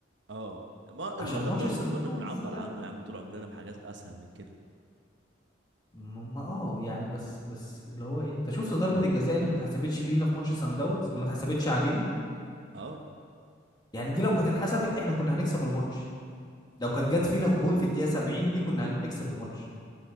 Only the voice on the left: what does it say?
عشان
ماتش
سان
داونز
ده
ما ما- اه يعني بس بس اللي هو ايه انت شفت ضربة الجزاء اللي ما اتحسبتش لينا في ماتش سان داونز ما اتحسبتش علينا
يعني دي لو كانت اتحسبت احنا كنا هنكسب الماتش لو كانت جت فينا الجون في الدقيقة 70 دي كنا هنكسب الماتش